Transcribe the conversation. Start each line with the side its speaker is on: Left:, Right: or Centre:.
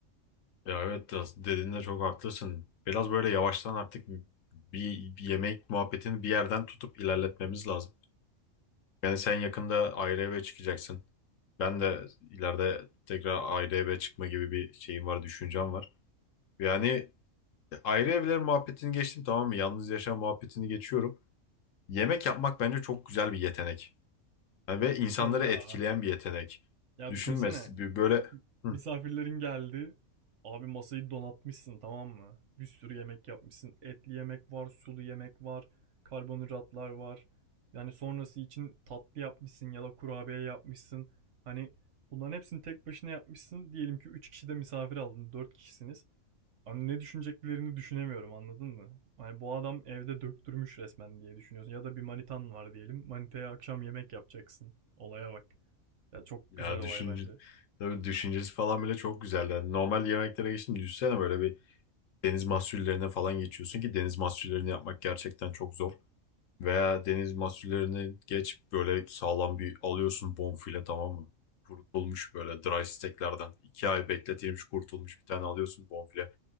Left: Ya evet biraz dediğinde çok haklısın. Biraz böyle yavaştan artık bir, bir yemek muhabbetini bir yerden tutup ilerletmemiz lazım. Yani sen yakında ayrı eve çıkacaksın. Ben de ileride tekrar ayrı eve çıkma gibi bir şeyim var, düşüncem var. Yani ayrı evler muhabbetini geçtim tamam mı? Yalnız yaşam muhabbetini geçiyorum. Yemek yapmak bence çok güzel bir yetenek. Yani ve insanları
Right: Tabii ya.
Left: etkileyen bir yetenek.
Right: Ya
Left: Düşünmez
Right: düşünsene
Left: bir böyle Hı.
Right: Misafirlerin geldi. Abi masayı donatmışsın tamam mı? Bir sürü yemek yapmışsın. Etli yemek var, sulu yemek var, karbonhidratlar var. Yani sonrası için tatlı yapmışsın ya da kurabiye yapmışsın. Hani bunların hepsini tek başına yapmışsın. Diyelim ki 3 kişi de misafir aldın, Dört kişisiniz. Hani ne düşüneceklerini düşünemiyorum anladın mı? Hani bu adam evde döktürmüş resmen diye düşünüyorsun. Ya da bir manitan var diyelim. Manitaya akşam yemek yapacaksın. Olaya bak. Ya çok
Left: ya
Right: güzel olay
Left: düşünce
Right: bence.
Left: tabii düşüncesi falan bile çok güzel. Yani normal yemeklere geçtim düşünsene böyle bir deniz mahsullerine falan geçiyorsun ki deniz mahsullerini yapmak gerçekten çok zor. Veya deniz mahsullerini geç böyle sağlam bir alıyorsun bonfile tamam mı? Kurutulmuş böyle dry steaklerden. iki ay bekletilmiş kurutulmuş bir tane alıyorsun bonfile.